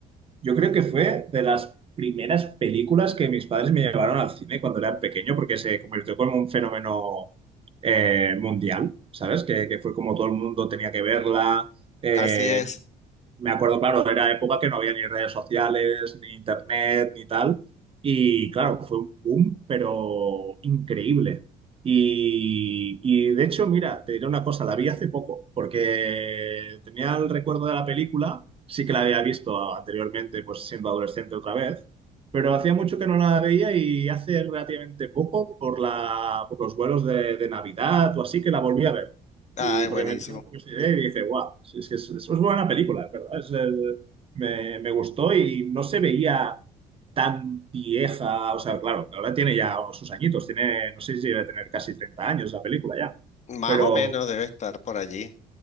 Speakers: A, on the right; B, on the left.
A: yo creo que fue de las primeras películas que mis padres me llevaron al cine cuando era pequeño, porque se convirtió como un fenómeno eh, mundial, ¿sabes? Que, que fue como todo el mundo tenía que verla. eh,
B: Así es.
A: Me acuerdo, claro, era época que no había ni redes sociales, ni internet, ni tal. Y claro, fue un boom, pero increíble. Y, y de hecho, mira, te diré una cosa, la vi hace poco, porque tenía el recuerdo de la película, sí que la había visto anteriormente, pues siendo adolescente otra vez, pero hacía mucho que no la veía y hace relativamente poco, por la, por los vuelos de, de Navidad o así, que la volví a ver.
B: Ay,
A: Y
B: buenísimo.
A: porque me pidió la curiosidad y dije, guau, sí, sí, es, es buena película, ¿verdad? Es, eh, me, me gustó y no se veía tan vieja. O sea, claro, ahora tiene ya sus añitos, tiene, no sé si debe tener casi 30 años la película ya.
B: Más
A: Pero,
B: o menos debe estar por allí.